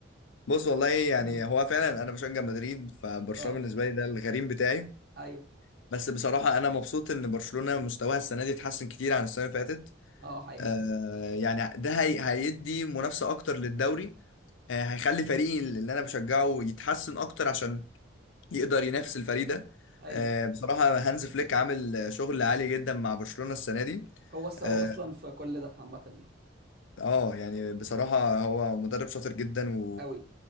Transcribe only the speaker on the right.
مم.
اه
ايوه
اه حقيقه
ايوه
هو السبب
اصلا في كل ده عامه يعني
قوي